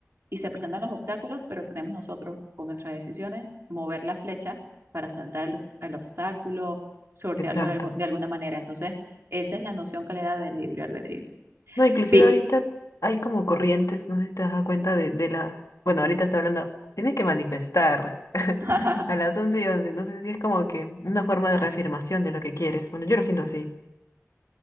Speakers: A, on the right; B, on the left.
A: y se presentan los obstáculos, pero tenemos nosotros con nuestras decisiones mover la flecha para saltar el, el obstáculo, sortearlo
B: Exacto.
A: de, algu- de alguna manera. Entonces, esa es la noción que le da del libre albedrío.
B: No, inclusive
A: Vi-
B: ahorita hay como corrientes, no sé si te has dado cuenta de, de la... Bueno, ahorita está hablando, tienes que manifestar <laughs>
A: <laughs>
B: a las 11 y 11 no sé si es como que una forma de reafirmación de lo que quieres. Bueno, yo lo siento así.